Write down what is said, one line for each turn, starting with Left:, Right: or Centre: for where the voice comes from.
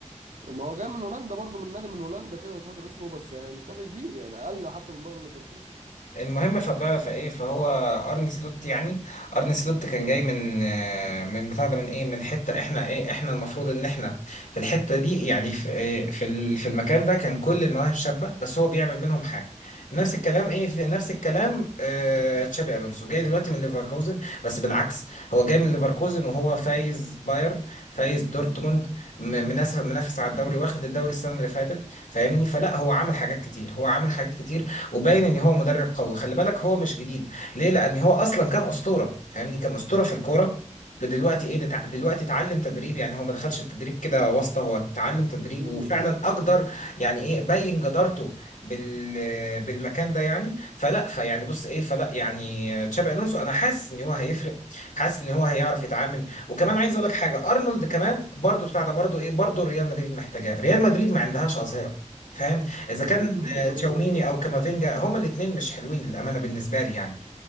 Right: ما هو جاي من هولندا برضو من نادي من هولندا كده مش فاكر اسمه بس يعني مش نادي كبير يعني اقل حتى من باير ليفركوزن
Left: المهم فبتعرف ايه فهو ارني سلوت يعني ارني سلوت كان جاي من آه، من بتاع ده من ايه من حته احنا ايه احنا المفروض ان احنا في الحته دي يعني في إيه، في ال- في المكان ده كان كل المواهب شابه بس هو بيعمل منهم حاجه نفس الكلام ايه في نفس الكلام آه، تشابي الونسو جاي دلوقتي من ليفركوزن بس بالعكس هو جاي من ليفركوزن وهو فايز بايرن فايز دورتموند م- منافس منافس على الدوري واخد الدوري السنه اللي فاتت فاهمني فلا هو عامل حاجات كتير هو عامل حاجات كتير وباين ان هو مدرب قوي خلي بالك هو مش جديد ليه لان هو اصلا كان اسطوره فاهمني كان اسطوره في الكوره دلوقتي ايه دتع- دلوقتي اتعلم تدريب يعني هو ما دخلش التدريب كده واسطه هو اتعلم تدريب
Right: امم
Left: وفعلا اقدر يعني ايه بين جدارته بال بالمكان ده يعني فلا فيعني بص ايه فلا يعني تشابي الونسو انا حاسس ان هو هيفرق حاسس ان هو هيعرف يتعامل وكمان عايز اقول لك حاجه ارنولد كمان برضو بتاع ده برضو ايه برضو ريال مدريد محتاجاه ريال مدريد ما عندهاش اظهره فاهم اذا
Right: هو
Left: كان
Right: مي- مين الظهير
Left: تشاوميني او كامافينجا هما الاثنين مش حلوين للامانه بالنسبه لي يعني